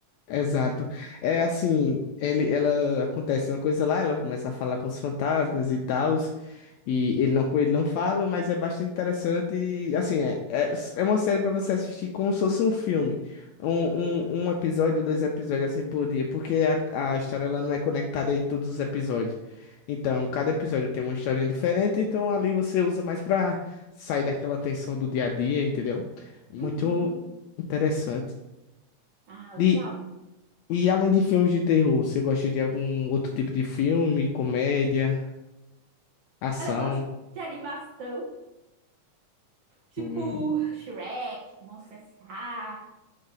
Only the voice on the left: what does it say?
Exato. É assim, ele, ela acontece uma coisa lá, ela começa a falar com os fantasmas e tal, e ele não, ele não fala, mas é bastante interessante. E, assim, é, é, é uma série para você assistir como se fosse um filme. Um, um, um episódio, dois episódios assim por dia, porque a, a história ela não é conectada em todos os episódios. Então, cada episódio tem uma história diferente, então ali você usa mais para sair daquela tensão do dia a dia, entendeu? Muito
interessante.
E, e além de filmes de terror, você gosta de algum outro tipo de filme, comédia, ação?
Hum,